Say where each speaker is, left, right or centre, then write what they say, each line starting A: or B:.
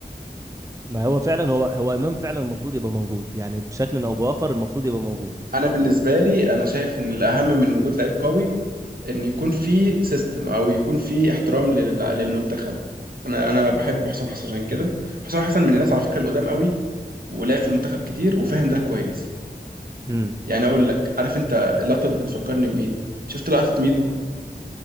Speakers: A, on the right; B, on the right.
A: ما هو فعلا هو هو امام فعلا المفروض يبقى موجود يعني بشكل او باخر المفروض يبقى موجود
B: انا بالنسبه لي انا شايف ان الاهم من وجود لعيب قوي ان يكون في سيستم او يكون في احترام لل- للمنتخب انا انا بحب حسام حسن عشان كده حسام حسن من الناس على فكره القدام قوي ولعب في المنتخب كتير وفاهم ده كويس
A: امم
B: يعني اقول لك عارف انت اللقطه دي بتفكرني بمين شفت لقطه ميدو